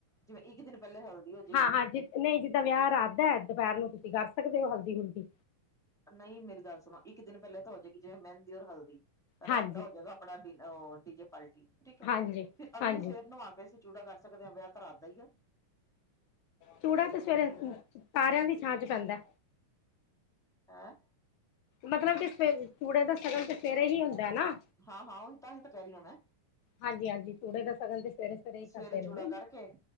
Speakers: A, in the centre; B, on the left.
A: ਜਿਵੇਂ ਇੱਕ ਦਿਨ ਪਹਿਲੇ ਹਲਦੀ ਹੋ ਜਾਏਗੀ
B: ਹਾਂ-ਹਾਂ ਜ ਨਹੀਂ ਜਿੱਦਾਂ ਵਿਆਹ ਰਾਤ ਦਾ ਹੈ, ਦੁਪਹਿਰ ਨੂੰ ਤੁਸੀਂ ਕਰ ਸਕਦੇ ਹੋ ਹਲਦੀ ਹੁਲਦੀ।
A: ਨਹੀਂ ਮੇਰੀ ਗੱਲ ਸੁਣੋ, ਇੱਕ ਦਿਨ ਪਹਿਲਾਂ ਤਾਂ ਹੋ ਜਾਏਗੀ ਜਿਵੇਂ ਮਹਿੰਦੀ ਔਰ ਹਲਦੀ। ਰਾਤ
B: ਹਾਂਜੀ
A: ਦਾ ਹੋ ਜਾਏਗਾ ਆਪਣਾ ਡੀਨ ਅ, ਡੀ ਜੇ ਪਲਟੀ ਠੀਕ ਹੈ
B: ਹਾਂਜੀ
A: ਫਿਰ ਅਗਲੀ
B: ਹਾਂਜੀ
A: ਸਵੇਰ ਨੂੰ ਨਾ ਕੇ ਚੂੜਾ ਕਰ ਸਕਦੇ ਹਾਂ ਵਿਆਹ ਤਾਂ ਰਾਤ ਦਾ ਹੀ ਹੈ।
B: ਚੂੜਾ ਤੇ ਸਵੇਰੇ ਸਾਰਿਆਂ ਦੀ ਛਾਂ ਚ ਪੈਂਦਾ।
A: ਹੈਂ
B: ਮਤਲਬ ਕਿ ਸ ਚੂੜੇ ਦਾ ਸਗਨ ਤੇ ਸਵੇਰੇ ਹੀ ਹੁੰਦਾ ਨਾ।
A: ਹਾਂ-ਹਾਂ ਉਹੀ ਤਾਂਹੀ ਤਾਂ ਕਹਿ ਰਹੀ ਹਾਂ ਮੈਂ।
B: ਹਾਂਜੀ-ਹਾਂਜੀ ਚੂੜੇ ਦਾ ਸ਼ਗਨ ਤੇ ਸਵੇਰੇ-ਸਵੇਰੇ ਹੀ
A: ਸਵੇਰੇ
B: ਕਰਦੇ
A: ਚੂੜਾ
B: ਨੇ ਨਾ।
A: ਕਰਕੇ